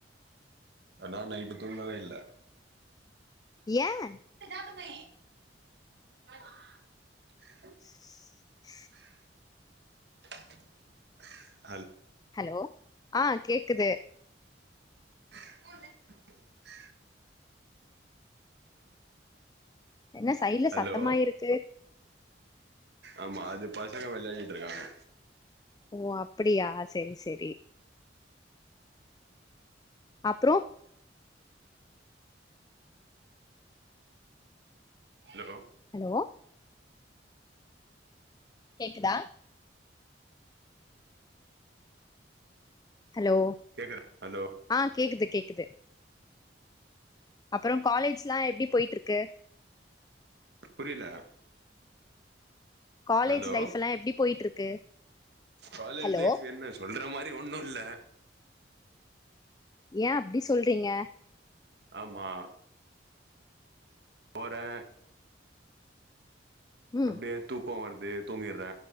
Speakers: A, on the right (about 65°); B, on the left (about 20°).
A: ஆனா நைட்டு தூங்கவே இல்ல
B: ஏன்
A: <inaudible>
B: <unintelligible>
A: <unintelligible>
B: ஹலோ ஆஹ் கேக்குது
A: <inaudible>
B: என்ன சைடுல
A: ஹலோ
B: சத்தமாய் இருக்கு
A: ஆமா அது பசங்க விளையாடிட்டு இருக்காங்க
B: ஓ அப்படியா செரி செரி <unintelligible> அப்புறோம்
A: ஹலோ
B: ஹலோ கேக்குதா ஹலோ
A: கேக்குதா ஹலோ
B: ஆஹ் கேக்குது கேக்குது அப்புறோம் காலேஜ்லாம் எப்படி போயிட்டு இருக்கு
A: புரியல
B: காலேஜ்
A: ஹலோ
B: லைஃப்ல்லாம் எப்படி போயிட்டு இருக்கு <inaudible>
A: காலேஜ்
B: ஹலோ
A: லைஃப் என்ன சொல்ற மாதிரி அப்படி ஒன்னும் இல்ல
B: ஏன் அப்படி சொல்றிங்க
A: ஆமா ஒரே
B: ம்
A: அப்படியே தூ போகவறது தூங்கிறது